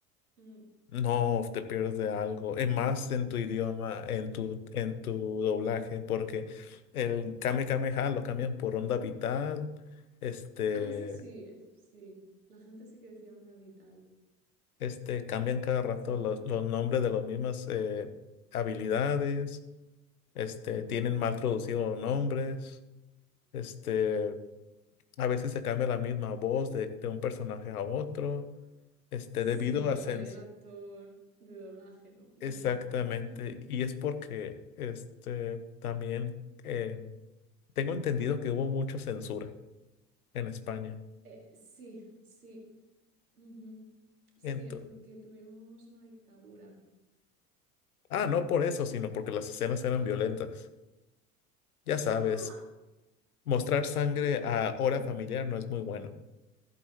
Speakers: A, on the right (about 75°); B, on the left (about 70°).
A: Mm,
B: No, te pierdes de algo. Es más en tu idioma, en tu, en tu doblaje, porque el Kame Kame Ha lo cambian por Onda Vital. Este,
A: Ah, eso sí, eso sí. La gente sí que decía onda vital.
B: este, cambian cada rato
A: Eso... <laughs>
B: los, los nombres de las mismas eh, habilidades. Este,
A: Mm.
B: tienen mal traducidos los nombres. Este, a veces se cambia la misma voz de, de un personaje a otro. Este,
A: Sí,
B: debido a
A: cambiaría
B: sens.
A: el actor de doblaje, ¿no? Imagino.
B: Exactamente.
A: <laughs>
B: Y es porque este también. em, Tengo entendido que hubo mucha censura en España.
A: Eh, sí, sí. ujú. Sí,
B: Entonces,
A: porque tuvimos una dictadura.
B: ah, no por eso, sino porque las escenas eran
A: Ah,
B: violentas. Ya sabes,
A: ah,
B: mostrar sangre
A: ah.
B: a hora familiar no es muy bueno.